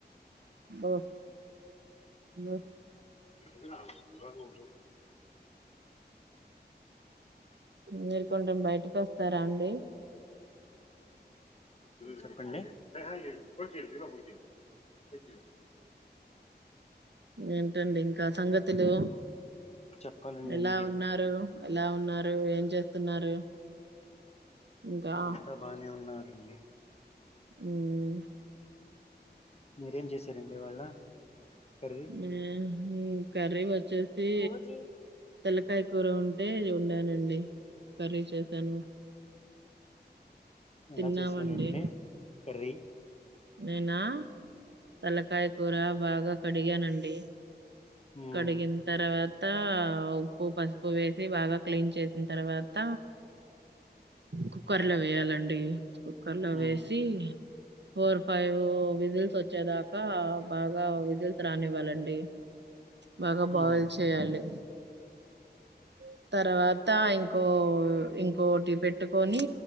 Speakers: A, on the right; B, on the left.
A: బో బో
B: ంట ఉ
A: మీరు కొంచెం బయటికి వస్తారా అండి.
B: చెప్పండి పెటిగా
A: ఏంటండి ఇంకా సంగతులు
B: చెప్పాలండి
A: ఎలా
B: మీరే
A: ఉన్నారు ఎలా ఉన్నారు ఏం చేస్తున్నారు. ఇంకా
B: అంతా బానే ఉన్నారండి
A: ఊమ్
B: మీరేం చేశారండి ఇవాళ కర్రీ
A: ఆ కర్రీ వచ్చేసి
B: భోజీ
A: తెల్లకాయ కూర ఉంటే వండానండి. కర్రీ చేసాను.
B: ఎలా
A: తిన్నామండి
B: చేసారండి కర్రీ?
A: నేనా, తలకాయ కూర బాగా కడిగానండి.
B: మ్మ్,
A: కడిగిన్ తర్వాత ఉప్పు, పసుపు వేసి బాగా.. దాని తర్వాత కుక్కర్ లో వేయాలండి. కుక్కర్ లో
B: మ్మ్,
A: వేసి. ఫోర్ ఫైవ్ విజిల్స్ వచ్. వచ్చేదాకా బాగా, విజిల్స్ రానివ్వాలండి. బాగా బాయిల్
B: మ్మ్.
A: చేయాలి. టూక్. తర్వాత ఇంకో ఇంకోటీ పెట్టుకొని,